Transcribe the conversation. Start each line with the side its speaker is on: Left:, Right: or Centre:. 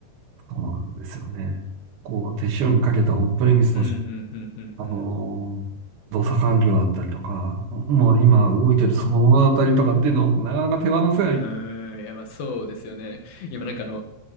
Right: そうなんですよね。こう、手塩にかけたオンプレミスのし、
Left: そこのうん、うんうんうんうん。
Right: あのー動作環境だったりとか、もう今動いてるそのものだったりとかっていうのをなかなか手放せない。
Left: うーん、いや、まあ、そうですよね。今なんかあの、